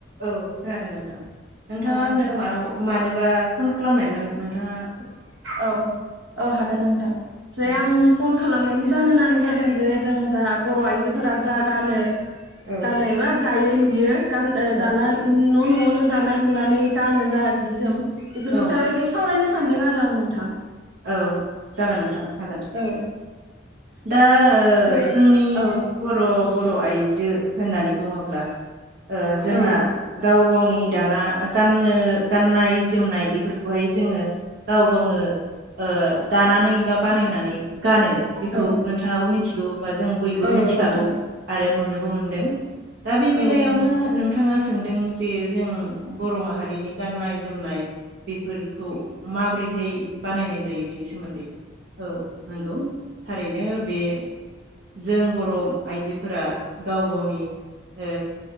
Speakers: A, on the right (about 60°); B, on the right (about 80°).
A: औ खोनादों नोंथां नोंथाङा
B: नोंथां
A: आंनो मानाव मानोबा फन खालामनायमोन नोंथांङा।
B: औ औ हागोन नोंथां जे
A: औ
B: आं फन खालामनायनि ज जाहोनानो जादों जे जों जा बर' आइजोफोरा जा गानो
A: औ
B: दालाय एबा दायो लुयो खांदो
A: औ
B: दाना न न नो दानाय लुनानै गानो जाया जि जोम बेफोरनि
A: औ
B: सायाव एसे सावरायनो सानदों आरो आं नों नोंथां
A: औ जागोन नोंथां। हागोन
B: औ
A: दा ओ
B: जेरै
A: जोंनि
B: औ
A: बर' बर' आइजो होननानै बुङोब्ला ओ जोंहा
B: औ
A: गाव गावनि दाना गाननो गाननाय जोमनाय बेफोरखौहाय जोङो गाव गावनो ओ दानानै। बा बानायनानै गानो बेखौ
B: औ
A: नोंथाङाबो मिथिगौ बा जों बयबो
B: औ
A: मिथिखागौ
B: नोंथां
A: आरो नुनो। मोनदों दा बे बेलायावनो
B: औ नंगौ
A: नोंथाङा सोंदों जे जों बर माहारिनि गाननाय जोमनाय बेफोरखौ माबोरैहाय। बानायनाय जायो बेनि सोमोन्दै औ नंगौ थारैनो बे जों बर' आइजोफोरा गाव गावनि ओ